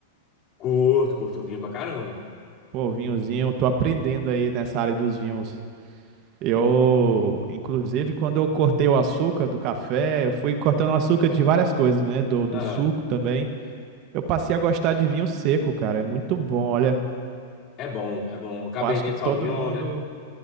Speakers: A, on the left (about 40°); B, on the right (about 45°).
A: <laughs> curto, curto vinho pra caramba.
B: Pô, vinhozinho, eu tô aprendendo aí nessa área dos vinhos. Eu, inclusive, quando eu cortei o açúcar do café, eu fui cortando o açúcar de várias coisas, né? Do, do
A: Ah,
B: suco também. Eu passei a gostar de vinho seco, cara. É muito bom, olha.
A: é bom, é bom. Cabernet
B: Eu acho que todo
A: Sauvignon,
B: mundo,
A: né?